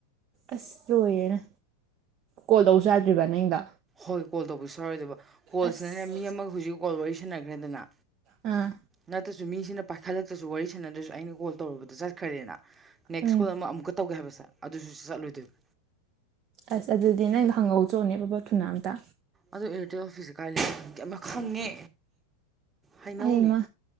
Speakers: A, on the right; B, on the right.
A: ꯑꯁ ꯂꯣꯏꯔꯦꯅ ꯀꯣꯜ ꯇꯧꯕꯁꯨ ꯌꯥꯗ꯭ꯔꯤꯕ ꯅꯪꯒꯤꯗꯣ
B: ꯍꯣꯏ ꯀꯣꯜ ꯇꯧꯕꯁꯨ ꯌꯥꯔꯣꯏꯗꯕ ꯀꯣꯜꯁꯤꯅꯅꯦ
A: ꯑꯁ
B: ꯃꯤ ꯑꯃꯒ ꯍꯧꯖꯤꯛ ꯀꯣꯜ ꯋꯥꯔꯤ ꯁꯅꯈ꯭ꯔꯦꯗꯅ
A: ꯑꯥ
B: ꯅꯠ ꯐꯠꯇ꯭ꯔꯁꯨ ꯃꯤꯁꯤꯅ ꯄꯥꯏꯈꯠꯂꯛꯇ꯭ꯔꯁꯨ ꯋꯥꯔꯤ ꯁꯥꯟꯅꯗ꯭ꯔꯁꯨ ꯑꯩꯅ ꯀꯣꯜ ꯇꯧꯔꯨꯕꯗ ꯆꯠꯈ꯭ꯔꯦꯅ ꯅꯦꯛꯁ
A: ꯎꯝ
B: ꯀꯣꯜ ꯑꯃ ꯑꯃꯨꯛꯀ ꯇꯧꯒꯦ ꯍꯥꯏꯕꯁꯦ ꯑꯗꯨꯁꯨ ꯆꯠꯂꯣꯏꯗꯣꯏꯕ
A: ꯑꯁ ꯑꯗꯨꯗꯤ ꯅꯪꯗꯣ ꯍꯪꯍꯧ ꯆꯣꯅꯦ ꯕꯕꯠ ꯊꯨꯅꯥ ꯑꯝꯇ
B: ꯑꯗꯨ ꯑꯦꯌꯥꯔꯇꯦꯜ ꯑꯣꯐꯤꯁꯁꯦ ꯀꯥꯏꯗ ꯀꯃ ꯈꯪꯉꯦ ꯍꯩꯅꯧꯅꯦ
A: ꯑꯩꯃ